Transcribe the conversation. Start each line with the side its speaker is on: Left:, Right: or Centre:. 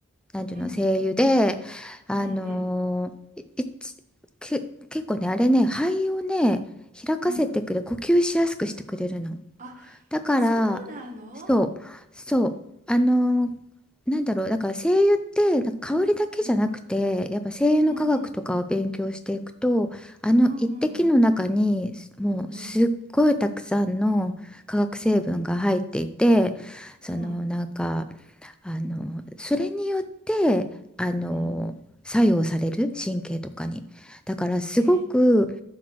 Centre: なんていうの、
Right: うん
Centre: 声優で、あのーいいちけ、
Right: うんうん
Centre: 結構ね、あれね、肺をね、開かせてくれ、
Right: うん
Centre: 呼吸しやすくしてくれるの。
Right: あ、
Centre: だから、
Right: そうなの
Centre: そう、そう、あのーなんだろう、だから精油ってなんか香りだけじゃなくて、
Right: うん
Centre: やっぱ精油の科学とかを勉強していくと、
Right: うんうん
Centre: あの一滴の中にもうすっごいたくさんの化学成分が入っていて、
Right: うんうんうんうん
Centre: そのなんか、
Right: うん
Centre: あのそれによってあの作用される神経とかにだからすごく
Right: うんへ